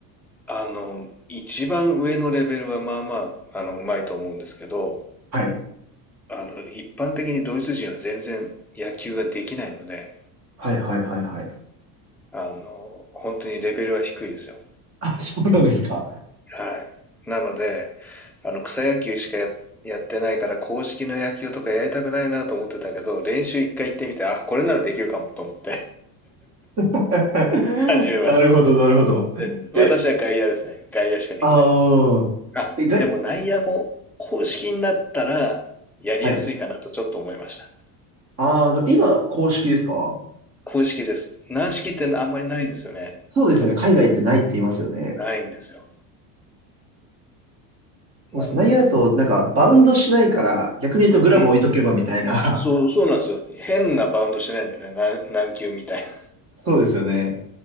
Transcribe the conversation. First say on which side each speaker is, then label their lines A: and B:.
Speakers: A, in the centre; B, on the right.
A: あの、一番上のレベルはまあまあ、あの、うまいと思うんですけど、
B: はい。
A: あの、一般的にドイツ人は全然野球ができないので、
B: はいはいはいはい。
A: あの、本当にレベルは低いですよ。
B: あ、そうなんですか。
A: はい。なので、あの、草野球しかや、やってないから、公式の野球とかやりたくないなと思ってたけど、練習一回行ってみて、あ、これならできるかもと思って
B: <laughs>
A: <laughs> 始めまし
B: なるほど、なるほど。
A: た。で、私は外野ですね。
B: え、
A: 外野しかできないです。
B: ああ、
A: あ、
B: え、が、
A: でも内野も公式になったら、やりやすいかなとちょっと思いました。
B: はい。あー、あの、今、公式ですか
A: 公式です。軟式ってあんまりないんですよね。
B: そうですよね。
A: ドイツ。
B: 海外ってないって言いますよね。
A: ないんですよ。
B: もう内野だと、
A: なので。
B: なんか、バウンドしないから、逆に言うとグラブ置いとけばみたいな。
A: うん。そう、そうなんですよ。変なバウンドしないんだよね。軟軟球みたいな。
B: <laughs> そうですよね。